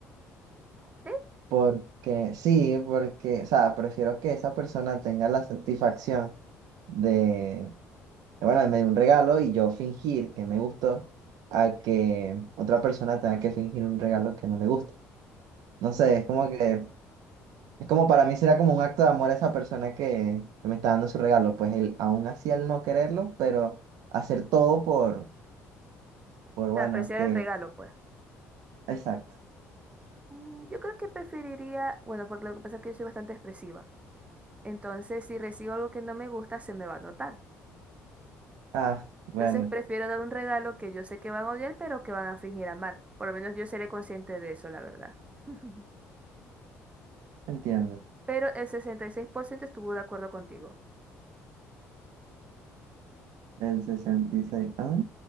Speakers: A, on the right; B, on the right.
A: ¿Sí?
B: Porque, sí, porque, o sea, prefiero que esa persona tenga la satisfacción de, de, bueno, de me dio un regalo y yo fingir que me gustó a que otra persona tenga que fingir un regalo que no le gusta. No
A: Mm,
B: sé, es como que, es como para mí será como un acto de amor a esa persona que, que me está dando su regalo, pues él, aún así al no quererlo, pero hacer todo por, por
A: O
B: bueno,
A: sea, apreciar
B: que,
A: el regalo, pues.
B: exacto.
A: Mm, Yo creo que preferiría, bueno, porque lo que pasa es que yo soy bastante expresiva. Entonces, si recibo algo que no me gusta, se me va a notar.
B: Ah, bueno,
A: Entonces, prefiero dar un regalo que yo sé que van a odiar, pero que van a fingir amar. Por lo menos yo seré consciente de eso, la verdad. <laughs>
B: entiendo.
A: Pero el 66% estuvo de acuerdo contigo.
B: El 66 ah,